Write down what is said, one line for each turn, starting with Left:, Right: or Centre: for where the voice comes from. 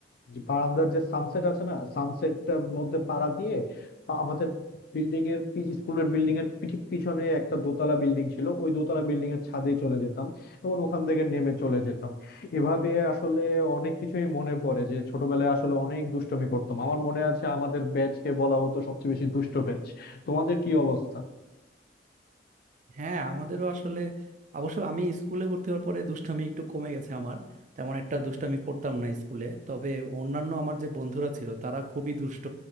Left: যে বারান্দার যে সানসেট আছে না সানসেটটার মধ্যে পাড়া দিয়ে আ- আমাদের বিল্ডিং এর পি- স্কুলের বিল্ডিং এর পি- ঠিক পিছনে একটা দোতলা বিল্ডিং ছিল ওই দোতলা বিল্ডিং এর ছাদে চলে যেতাম এবং ওখান থেকে নেমে চলে যেতাম এভাবে আসলে অনেক কিছুই মনে পড়ে যে ছোটবেলায় আসলে অনেক দুষ্টুমি করতাম আমার মনে আছে আমাদের ব্যাচ কে বলা হতো সবচেয়ে বেশি দুষ্ট ব্যাচ তোমাদের কি অবস্থা
Right: হ্যাঁ আমাদেরও আসলে অবশ্য আমি স্কুলে ভর্তি হওয়ার পরে দুষ্টামি একটু কমে গেছে আমার তেমন একটা দুষ্টামি করতাম না স্কুলে তবে অন্যান্য আমার যে বন্ধুরা ছিল তারা খুবই দুষ্ট